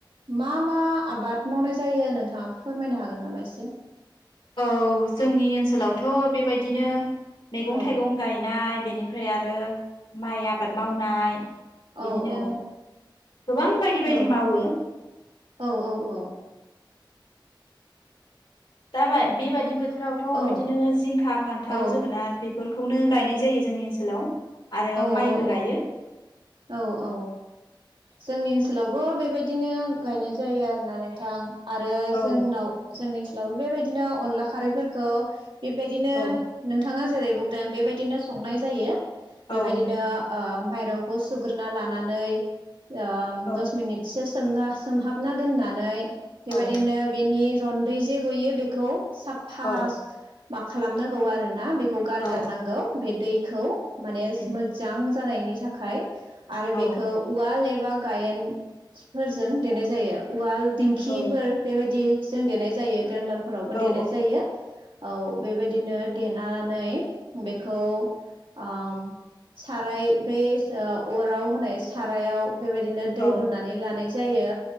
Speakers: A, on the right (about 80°); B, on the left (about 70°).
A: मा मा आबाद मावनाय जायो नोंथाङा फोरमायनो हागोन नामा एसे?
B: औ जोंनि ओनसोलावथ' बेबायदिनो मैगं
A: औ
B: थाइगं गायनाय ओमफ्राय आरो माइ आबाद मावनाय
A: औ
B: बिदिनो
A: औ
B: गोबां बायदि बायदि
A: औ
B: मावो
A: औ औ औ।
B: दा बाय बेबायदि बोथोरावथ'
A: औ
B: बिदिनो जिंखा फान्थाव
A: औ
B: जोगोनार बे फोरखौनो गायनाय जायो जोंनि ओनसोलाव आरो
A: औ
B: माइबो
A: औ
B: गायो।
A: औ औ जोंनि ओनसोलावबो बेबायदिनो गायनाय जायो आरो ना नोंथां आरो
B: औ
A: जोंनाव जोंनि ओनसोलावबो बेबाय दिनो अनला खारैफोरखौ बेबायदिनो
B: औ
A: नोंथाङा जेरै बुंदों बेबायदिनो संनाय जायो बेबायदिनो
B: औ नोंथां
A: ओ माइ रंखौ सुग्रोना लानानै ओ
B: औ
A: दस मिनिटसो सोमना सोमहाबना दोननानै बेबायदिनो
B: औ
A: बेनि रन्दै जे गयो बेखौ साफा
B: औ
A: मा खालामनांगौ आरोना बेखौ गारगारनांगौ
B: औ
A: बे दै खौ माने
B: उम
A: मोजां जानायनि थाखाय आरो बेखौ
B: औ
A: उवाल ए बा गायेनफोरजों देनाय जायो उवाल दिंखिफोर
B: औ
A: बेबायदि जों देनाय जायो ग्रेन्डारफोरावबो
B: औ
A: देनाय जायो औ बेबायदिनो देनानै बेखौ आम साराय बे अराव होनाय सारायाव बेबायदिनो दै
B: औ
A: लुनानै लानाय जायो।